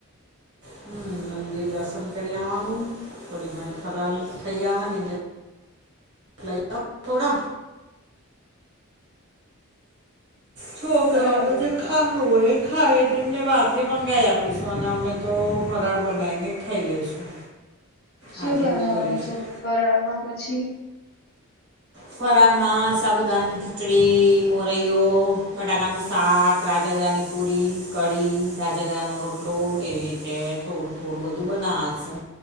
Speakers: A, on the right; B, on the left.
A: હમ મંદિર દર્શન કરી આવવાનું થોડી ઘણી ફલાહ થઈ આવવાની. લઈ થોડા. છોકરાઓને
B: બરાબર
A: જે
B: બરાબર
A: ખા હોય. ખા એને અમને બહારથી મંગાઈ આપીશું અને અમે તો ફરાળ બનાવીને ખાઈ લઈશું.
B: શું
A: આજે
B: બનાવાનું
A: એવું કરીશું
B: છે પરાળ માં પછી.
A: ફરણમાં સાબુદાનની ખીચડી, મોરૈયો બટાકાનું શાક, રાજઘરાની પુરી કઢી રાજા ગણાા નો રોટલો એવી રીતે હ થોડું થોડું બધું બનાવે છે.